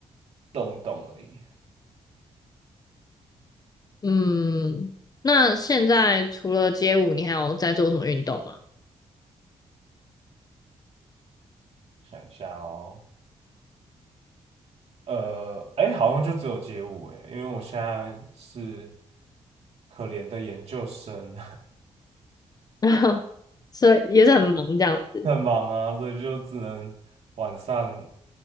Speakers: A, on the right (about 65°); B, on the left (about 35°).
A: 动一动而已。
B: 嗯，那现在除了街舞，你还有在做什么运动吗？
A: 想一下哦，呃，哎，好像就只有街舞哎，因为我现在是可怜的研究生，
B: <laughs> 所以也是很忙这样子。
A: <laughs> 很忙啊，所以就只能晚上